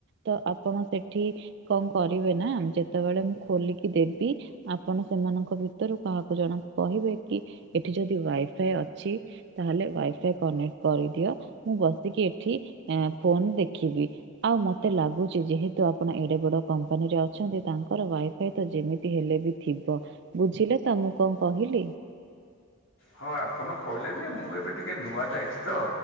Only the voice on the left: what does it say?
ହଁ ଆପଣ କହିଲେ ଯେ ମୁଁ ଏବେ ଟିକେ ନୂଆ ଯାଇଚି ତ